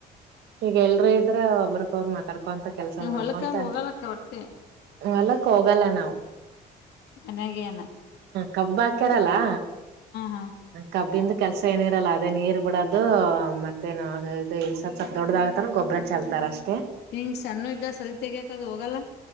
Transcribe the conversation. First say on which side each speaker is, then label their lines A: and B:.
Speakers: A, on the right; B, on the left.
A: ಈಗ ಎಲ್ರೂ ಇದ್ರೆ ಒಬ್ರ ಅವರು ಮಾತಾಡ್ಕೊಂತ ಕೆಲ್ಸ
B: ನೀವ್
A: ಮಾಡ್ಕೊಂತ
B: ಹೊಲಕ್ಕ ಅದ್ ಹೋಗಲ್ಲಕ್ಕ ಒಟ್ಟೆ
A: ಮಲ್ಲಕ್ ಹೋಗಲ್ಲ ನಾವವು
B: ಅನಾಗಾನ
A: ಕಬ್ಬ ಹಾಕ್ಯಾರಲ್ಲಾ
B: ಹಾ
A: ಹ ಕಬಿದ ಕೆಲ್ಸ ಏನ ಇರಲ್ಲ ಅದೇ ನೀರ್ ಬಿಡೋದು ಮತ್ತೇ ಸ್ಲ್ಪ ದೊಡ್ಡದಾಗತಾನ ಗೊಬ್ಬರ ಚೆಲ್ತಾರ ಅಷ್ಟೆ
B: ಹಿಂಗ್ ಸಣ್ಣು ಇದ್ದ ಸರಿತೆಗ್ಯಾಕದು ಹೋಗಲ್ಲ